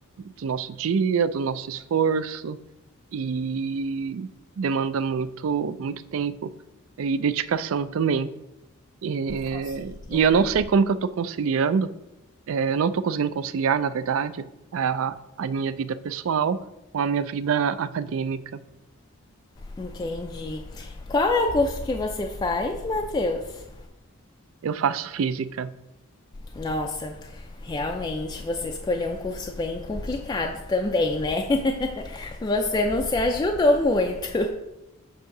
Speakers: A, on the right; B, on the left.
A: do nosso dia, do nosso esforço e demanda muito, muito tempo e dedicação também. É,
B: Com certeza.
A: e eu não sei como que eu tô conciliando. É, eu não estou conseguindo conciliar, na verdade, a, a minha vida pessoal com a minha vida acadêmica.
B: Entendi. Qual é o curso que você faz, Matheus?
A: Eu faço física.
B: Nossa, realmente você escolheu um curso bem complicado também, né? <laughs> Você não se ajudou muito,